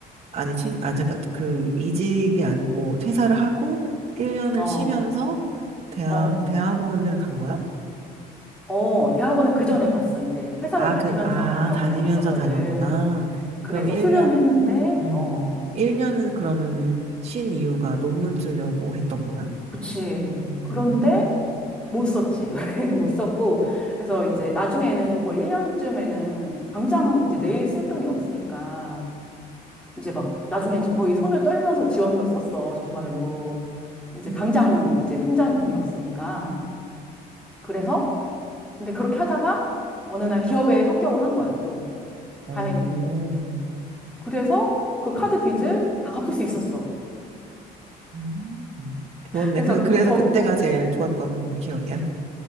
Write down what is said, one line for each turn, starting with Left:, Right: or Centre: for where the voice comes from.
Right: 아니, 취, 아 잠깐, 그, 이직이 아니고, 퇴사를 하고, 1년을
Centre: 어,
Right: 쉬면서, 대학,
Centre: 어,
Right: 대학원을 간 거야?
Centre: 어. 대학원은 그 전에 갔어, 이제. 회사를
Right: 아,
Centre: 다니면서
Right: 그, 아,
Centre: 대학원에
Right: 다니면서
Centre: 갔었거든.
Right: 다녔구나.
Centre: 그래서
Right: 그럼 1년,
Centre: 수료는 했는데,
Right: 음,
Centre: 어,
Right: 1년은 그러면은 쉰 이유가 논문 쓰려고 했던 거야?
Centre: 그치.
Right: 음,
Centre: 그런데 못 썼지. <laughs> 그때는 못 썼고. 그래서 이제 나중에는 거의 1년쯤에는 당장 이제 내일 쓸 돈이 없으니까 이제 막 나중엔 거의 손을 떨면서 지원서를 썼어. 정말로. 이제
Right: 음,
Centre: 당장 이제 통장에 돈이 없으니까. 그래서 근데 그렇게 하다가 어느 날 기업에 합격을 한 거야. 또
Right: 오,
Centre: 다행히. 그래서 그 카드 빚을 다 갚을 수 있었어.
Right: 음. 좋았네.
Centre: 그래서
Right: 그래서, 그래서
Centre: 거,
Right: 그때가 제일 좋았던 기억이야.